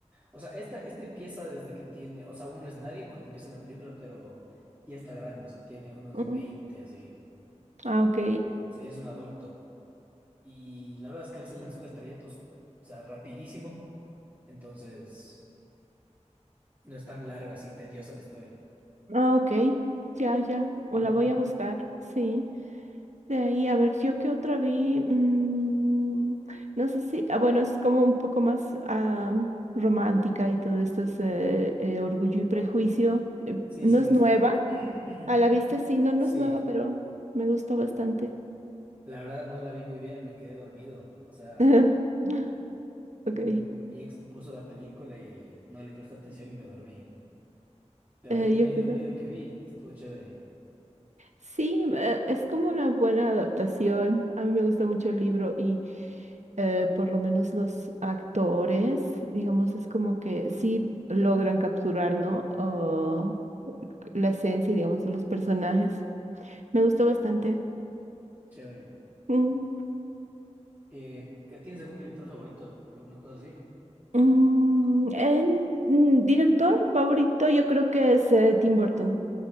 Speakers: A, on the right; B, on the right.
A: o sea, esta, este empieza desde que tiene, o sea, uno es nadie cuando empieza la película, pero ya está grande, o sea, tiene unos
B: Mm,
A: 20 así,
B: ah, ok.
A: o sea, es un adulto, y la verdad es que él se lanzó al estrellato, o sea, rapidísimo, entonces no es tan larga, así tediosa la historia.
B: Ah, ok. Ya, ya. O
A: Ujú.
B: la voy a buscar, sí. De ahí, a ver, yo qué otra vi. Mm, no sé si, ah, bueno, es como un poco más ah, romántica y todo esto es eh, eh, Orgullo y Prejuicio. Eh,
A: Sí,
B: no
A: sí, he
B: es
A: visto.
B: nueva,
A: <clears throat>
B: a la vista sí, no, no
A: Sí,
B: es nueva, pero me gustó bastante.
A: la verdad no la vi muy bien, me quedé dormido. O sea,
B: <laughs> Ok.
A: mm, mi ex puso la película y no le presté atención y me dormí. Pero
B: Eh,
A: ahí medio,
B: yo creo.
A: medio que vi, estuvo chévere,
B: Sí, eh, es como una buena adaptación. A mí me gusta mucho el libro y eh, por lo menos los actores, digamos, es como que sí logran capturar, ¿no? Oh, la esencia, y, digamos, de los personajes. Me gustó bastante.
A: chévere.
B: Mm,
A: Eh, ¿qué- ¿tienes algún director favorito? O ¿Alguna cosa así?
B: mm, en mm, director favorito, yo creo que es eh, Tim Burton.